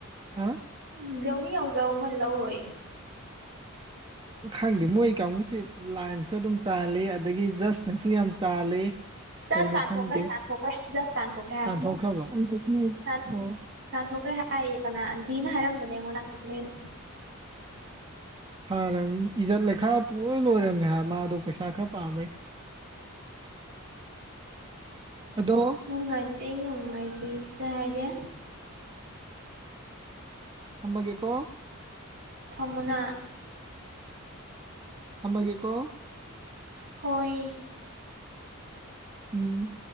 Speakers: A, on the right; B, on the right.
A: ꯍꯥ
B: ꯎꯝ ꯌꯧꯅꯤꯡ ꯌꯧꯖꯧ ꯃꯣꯢꯅ ꯂꯧꯔꯣꯏꯌꯦ
A: ꯈꯪꯗꯦ ꯃꯣꯏ ꯀꯥꯡꯕꯨꯁꯦ ꯂꯥꯏꯅꯁꯨ ꯑꯗꯨꯝ ꯆꯥꯜꯂꯤ ꯑꯗꯒꯤ ꯖꯁꯅꯁꯨ ꯌꯥꯝ ꯆꯥꯜꯂꯤ
B: ꯖꯁ
A: ꯀꯩꯅꯣ
B: ꯇꯥꯟꯊꯣꯛꯈ꯭ꯔꯦ
A: ꯈꯪꯗꯦ
B: ꯇꯥꯟꯊꯣꯛꯈ꯭ꯔꯦ ꯖꯁ ꯇꯥꯟꯊꯣꯛꯈ꯭ꯔꯦ ꯍꯥꯏꯝ
A: ꯇꯥꯟꯊꯣꯛꯈ꯭ꯔꯕ
B: ꯇꯥꯟ
A: ꯑꯣ
B: ꯇꯥꯟꯊꯣꯛꯈ꯭ꯔꯦ ꯍꯥꯏꯌꯦ ꯀꯅꯥ ꯑꯟꯗꯤꯅ ꯍꯥꯏꯔꯝꯕꯅꯦ ꯑꯩꯉꯣꯟꯗ ꯇꯥꯟꯊꯣꯛꯈ꯭ꯔꯦꯅ
A: ꯐꯔ ꯏꯖꯠ ꯂꯩꯈꯥ ꯄꯨꯡ ꯂꯣꯏ ꯂꯣꯏꯔꯕꯅꯦ ꯍꯥꯏ ꯃꯥꯗꯣ ꯄꯩꯁꯥ ꯈꯔ ꯄꯥꯝꯃꯩ ꯑꯗꯣ
B: ꯣꯡꯃꯥꯏꯖ ꯅꯣꯡꯃꯥꯏꯁ ꯀ ꯍꯥꯏꯒ
A: ꯊꯝꯃꯒꯦꯀꯣ
B: ꯊꯝꯃꯨꯅꯥ
A: ꯊꯝꯃꯒꯦꯀꯣ
B: ꯍꯣꯏ
A: ꯎꯝ